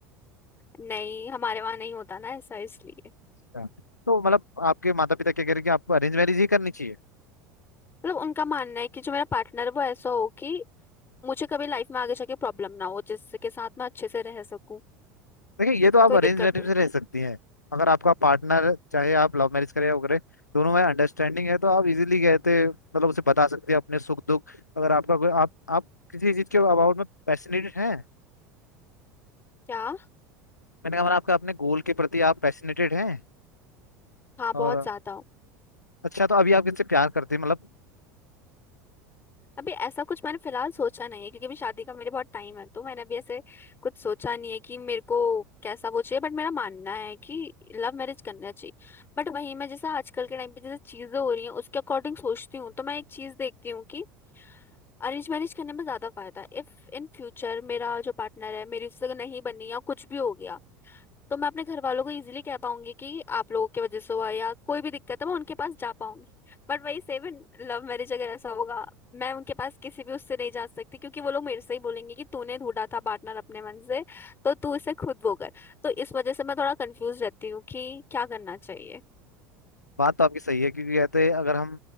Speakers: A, on the left; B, on the left.
A: नहीं हमारे वहां नहीं होता ना ऐसा इसलिए
B: अच्छा। तो मतलब आपके माता पिता क्या कह रहे हैं कि आपको अरेंज मैरिज ही करनी चाहिए
A: मतलब उनका मानना है कि जो मेरा पार्टनर है वो ऐसा हो कि मुझे कभी लाइफ में आगे जाके प्रॉब्लम ना हो जिसके साथ मैं अच्छे से रह सकूं
B: देखिए ये तो आप
A: कोई
B: अरेंज
A: दिक्कत
B: मैरिज
A: नहीं
B: में रह सकती हैं अगर आपका पार्टनर चाहे आप लव मैरिज करें या वो करें दोनों में अंडरस्टैंडिंग है तो आप इजीली कहते मतलब उसे बता सकती हैं अपने सुख दुख अगर आपका कोई आप आप किसी चीज के अबाउट में पैशनेटेड हैं
A: क्या
B: मैंने कहा मतलब आपका अपने गोल के प्रति आप पैशनेटेड हैं
A: हाँ बहुत
B: और
A: ज्यादा
B: अच्छा तो अभी आप किससे प्यार करते हैं मतलब
A: अभी ऐसा कुछ मैंने फिलहाल सोचा नहीं है क्योंकि अभी शादी का मेरे बहुत टाइम है तो मैंने अभी ऐसे कुछ सोचा नहीं है कि मेरे को कैसा वो चाहिए बट मेरा मानना है कि लव मैरिज करना चाहिए बट वहीं मैं जैसा आजकल के टाइम पे जैसे चीजें हो रही हैं उसके अकॉर्डिंग सोचती हूँ तो मैं एक चीज देखती हूँ कि अरेंज मैरिज करने में ज्यादा फायदा है इफ इन फ्यूचर मेरा जो पार्टनर है मेरी उससे नहीं बनी या कुछ भी हो गया तो मैं अपने घर वालों को इजीली कह पाऊंगी कि आप लोगों की वजह से हुआ या कोई भी दिक्कत है मैं उनके पास जा पाऊंगी बट वही सेम इन लव मैरिज अगर ऐसा होगा मैं उनके पास किसी भी उससे नहीं जा सकती क्योंकि वो लोग मेरे से ही बोलेंगे कि तूने ढूंढा था पार्टनर अपने मन से तो तू इसे खुद वो कर तो इस वजह से मैं थोड़ा कंफ्यूज रहती हूँ कि क्या करना चाहिए
B: बात तो आपकी सही है क्योंकि कहते हैं अगर हम